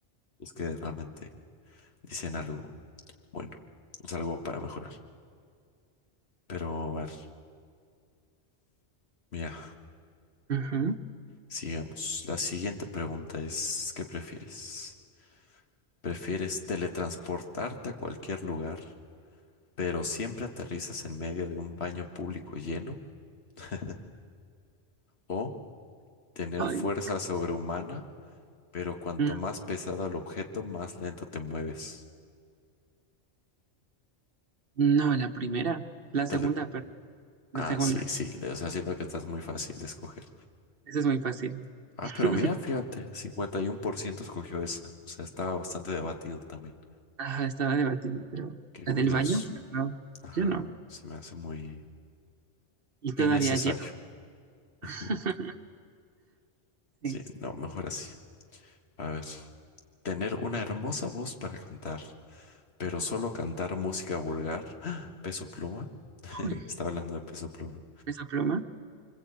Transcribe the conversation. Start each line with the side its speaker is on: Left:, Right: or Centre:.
Left: es que realmente dicen algo bueno, es algo para mejorar. Pero, a ver, mira,
Right: Ujú.
Left: sigamos. La siguiente pregunta es, ¿qué prefieres? ¿Prefieres teletransportarte a cualquier lugar? pero siempre aterrizas en medio de un baño público lleno <laughs> o tener
Right: Ay,
Left: fuerza sobrehumana, pero cuanto
Right: mm,
Left: más pesado el objeto, más lento te mueves.
Right: No, la primera. La segunda,
Left: Tele-
Right: perdón. La
Left: ah,
Right: segunda.
Left: sí, sí, le- o sea, siento que estás muy fácil de escoger.
Right: Esa es muy fácil.
Left: Ah,
Right: <laughs>
Left: pero mira, fíjate, 51% escogió esa. O sea, estaba bastante debatido también.
Right: Ajá, estaba debatido, pero
Left: Qué
Right: la
Left: curioso.
Right: del baño, pues no,
Left: Ajá,
Right: yo no.
Left: se me hace muy
Right: Y todavía
Left: innecesario.
Right: lleno.
Left: <laughs>
Right: <laughs> Sí.
Left: Sí, no, mejor así. A ver. Tener una hermosa voz para cantar pero solo cantar música vulgar, <gasps> Peso Pluma,
Right: Uy,
Left: está hablando de Peso Pluma,
Right: peso pluma.